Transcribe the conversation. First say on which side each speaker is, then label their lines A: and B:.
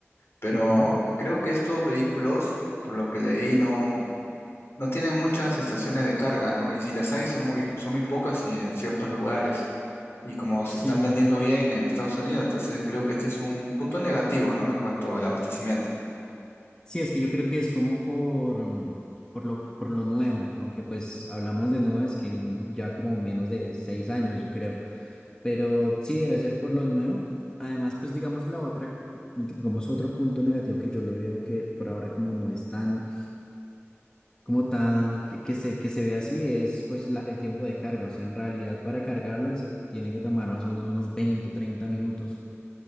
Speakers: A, on the left (about 55°); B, on the left (about 15°).
A: pero
B: Ujú.
A: creo que estos vehículos, por lo que leí, no, no tienen muchas estaciones de carga, ¿no? Y si las hay, son muy, son muy pocas y en ciertos lugares. Y como
B: Sí.
A: se están vendiendo bien en Estados Unidos, entonces creo que este es un punto negativo, ¿no? En cuanto al abastecimiento.
B: Sí, es que yo creo que es como por, mm, por lo, por lo nuevo, aunque pues hablamos de nuevo, es que en ya como menos de seis años, yo creo, pero sí debe ser por lo nuevo. Además, pues digamos la otra, digamos otro punto negativo que yo le veo que por ahora como no es tan, como tan, que, que se, que se ve así, es pues la- el tiempo de carga, o sea, en realidad para cargarlo se tiene que tomar más o menos unos 20 30 minutos